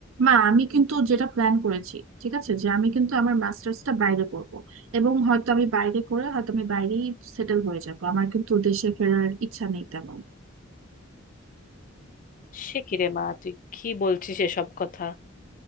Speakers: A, on the right (about 75°); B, on the left (about 40°).
A: মা আমি কিন্তু যেটা প্ল্যান করেছি ঠিক আছে যে আমি কিন্তু আমার মাস্টার্সটা বাইরে করব এবং হয়তো আমি বাইরে করে হয়তো আমি বাইরেই সেটেল হয়ে যাব আমার কিন্তু দেশে ফেরার ইচ্ছা নেই তেমন
B: সে কি রে মা তুই কি বলছিস এসব কথা